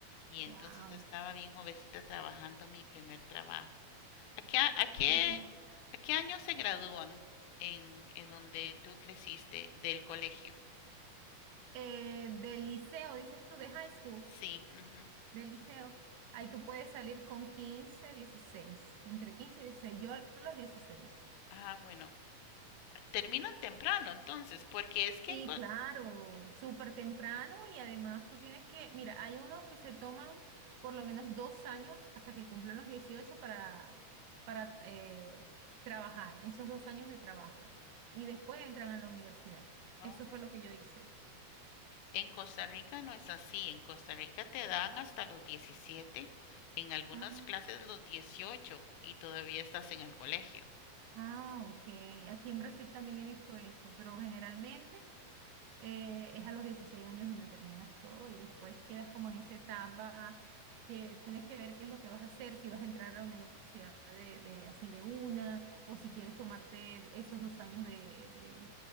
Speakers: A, on the left; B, on the right.
A: Y entonces
B: Wow.
A: estaba bien jovencita trabajando mi primer trabajo. ¿A qué, a- a qué,
B: Ujú.
A: a qué año se gradúan en, en donde tú creciste del colegio?
B: Eh, del liceo, dices tú, de high school,
A: Sí. ujú.
B: del liceo. Ahí tú puedes salir con quince dieciséis entre 15 y dieciséis yo a los dieciséis
A: Ah, bueno. Terminan temprano entonces, porque es que
B: Sí,
A: en, Co-
B: claro, súper temprano y además tú tienes que, mira, hay unos que se toman por lo menos dos años hasta que cumplen los 18 para, para eh, trabajar, esos dos años de trabajo. Y después entran a la universidad.
A: Oh.
B: Eso fue lo que yo hice.
A: En Costa Rica no es así. En Costa Rica te dan hasta los diecisiete en algunas
B: Ah.
A: clases los dieciocho y todavía estás en el colegio.
B: Ah, ok. Aquí en Brasil también he visto eso, pero generalmente eh, es a los 16 años donde terminas todo y después quedas como en esa etapa que tienes que ver qué es lo que vas a hacer, si vas a entrar a la universidad de, de- así de una o si quieres tomarte esos dos años de, de-